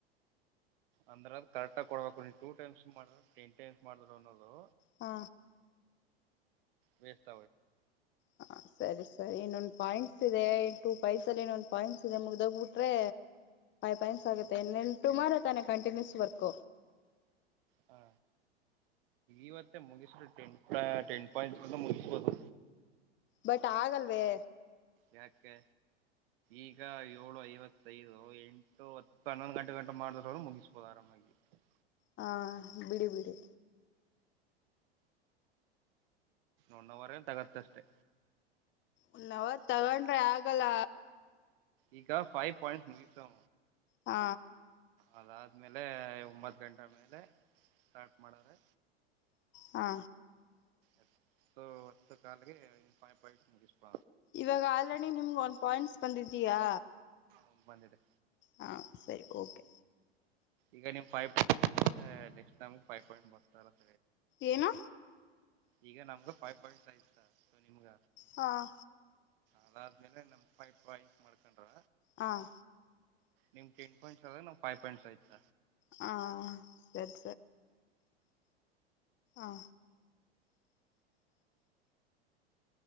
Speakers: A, on the right; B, on the left.
A: ಅಂದ್ರ ಅದು ಕಕ್ ಆಗ ಕೊಡ್ಬೇಕು ನೀವು ಟೂ ಟೈಮ್ಸ್ ಮಾಡ್ರ ಟೆನ್ ಟೈಮ್ ಮಾಡ್ ಅನ್ನೋದು
B: ಹಾ
A: ವೇಸ್ವಯತ
B: ಹ ಸರಿ ಸರಿ ಇನ್ನೊಂದ್ ಪಾಯಿಂಟ್ಸ್ ಇದೆ ಟು ಪೈಸ ಅಲ್ಲಿ ಇನ್ನೊಂದ್ ಪಾಯಿಂಟ್ಸ್ ಇದೆ ಮುಗ್ದಗಬಟ್ರೆ ಪೈನ್ಸ್ ಆಗುತ್ತೆ ಇನ್ ಟುಮಾರೋ ತಾನೆ ಕಂಟಿನ್ಯೂಸ್ ವರ್ಕ್
A: ಹಾ ಈವತ್ತೆ ಮುಗಿಸ್ರೆ ಟೆನ್ ಟೆನ್ ಪಾಯಿಂಟ್ಸ್ಂತ ಮುಗಿಸ್ಬೋದು
B: ಬಟ್ ಆಗಲ್ವೇ
A: ಯಾಕೆ ಈಗ ಏಳು ಐವತ್ತಐದು ಎಂಟು ಹತ್ತು ಹನ್ನೊಂದು ಗಂಟೆ ಗಂಟ ಮಾಡಿದ್ರುನು ಮುಗಿಸ್ಬೋದು ಆರಾಮ <inaudible> <unintelligible>
B: ಹಾ ಬಿಡಿ ಬಿಡಿ
A: ಒಂದವರೇ ತಗತ್ತಷ್ಟೆ
B: ಒಂದವರ್ ತಗೊಂಡ್ರೆ ಆಗಲ್ಲ
A: ಈಗಾ ಫೈವ್ ಪಾಯಿಂಟ್ಸ್ ಮುಗಿಸು
B: ಹಾ
A: ಅದಾದ್ಮೇಲೆ ಒಂಬತ್ ಗಂಟೆ ಮೇಲೆ ಸ್ಟಾರ್ಟ್ ಮಾಡೋದು
B: ಹಾ
A: ಎಂಟು ಹತ್ತುಕಾಲ್ ಗೆ ಫೈವ್ ಪಾಯಿಂಟ್ಸ್ ಮುಗಿಸ್ಬ
B: ಇವಾಗ ಆಲ್ರೆಡಿ ನಿಮ್ಗೆ ಒಂದ್ ಪಾಯಿಂಟ್ಸ್ ಬಂದಿದ್ದೀಯಾ
A: ಒಂದು ಬಂದಿದೆ
B: ಹಾ ಸರಿ ಓಕೆ
A: ಈಗ ನಿಮ್ ಫೈವ್ ಪಾಯಿಂಟ್ಸ್ <unintelligible> ನೆಕ್ಸ್ಟ್ ನಮ್ಗ ಫೈವ್ ಪಾಯಿಂಟ್ ಬರ್ತ
B: ಏನು
A: ಈಗ ನಮ್ಗ ಫೈವ್ ಪಾಯಂಟ್ ಆಯತ ಸೊ ನಿಮ್ಗ
B: ಹಾಂ
A: ಅದಾದ್ಮೇಲೆ ನಮ್ ಫೈವ್ ಪಾಯಿಂಟ್ಸ್ ಮಾಡ್ಕೊಂಡ್ರ
B: ಹಾಂ
A: ನಿಮ್ಗ್ ಎಂಟು ಪಾಯಿಂಟ್ <unintelligible> ಫೈವ್ ಪಾಯಂಟ್ಸ್ ಆಯ್ತ
B: ಹಾಂ ಸರಿ ಹ